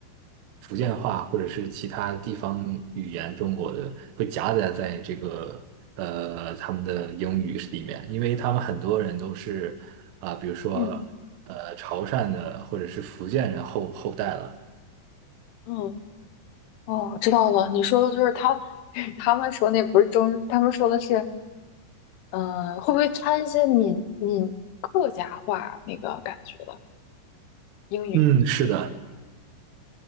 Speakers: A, on the right; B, on the left.
A: 福建话或者是其他地方语言中国的会夹杂在这个呃他们的英语里面，因为他们很多人都是啊、比如说呃潮汕的或者是福建人后后代了。
B: 嗯嗯哦，知道了。你说的就是他 <laughs> 他们说那不是中，他们说的是嗯、呃会不会掺一些闽闽客家话那个感觉的英语？
A: 嗯，是的，